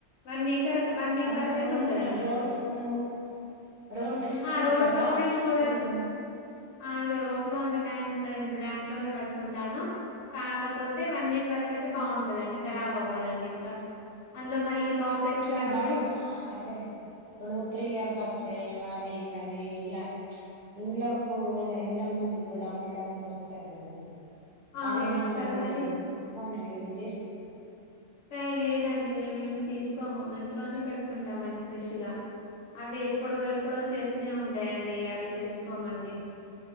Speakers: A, on the left (about 70°); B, on the right (about 50°).
A: వన్ వీక్ వరకు వన్ వీక్
B: అంటే
A: వరకు
B: రోట్లో
A: అయితే ఉంటదండి
B: రోట్లోనూ రోట్లో నూరుతారా
A: ఆ రోట్లోనే
B: మిక్సీలోన
A: నూరచ్చు ఆ ఇగ రో ట్లో అంత టైమ్ ఉండదండి గ్రడ్డ్ లోనే పట్టుకుంటాను కాకపోతే వన్ వీక్ వరకు అయితే బాగుంటాదండి ఖరా బవ్వదండి ఇంకా అందులో మళ్ళీ
B: మరి
A: పాప్ వేసుకునేటప్పుడు
B: ఇట్లా బయటా అంటే ఇప్పుడు ప్రియ పచ్చళ్ళు ఆ వి వనీ ఇట్లా ఇండ్ల కూడా ఇండ్ల ముందు కూడా అమ్మడానికి వస్తారు కదాండి
A: అవును
B: అవేమన్నా
A: వస్తారు
B: మీరు
A: కానీ
B: తీసుకొని యూస్ జేస్తున్నారా
A: అయి లేదండి మేమేమి తీసుకోము ఇంట్లోనే పెట్టుకుంటామండి ఫ్రెష్ గా అవి ఎప్పుడో ఎప్పుడో చేసినవి ఉంటాయండి అవి తెచ్చుకోమండి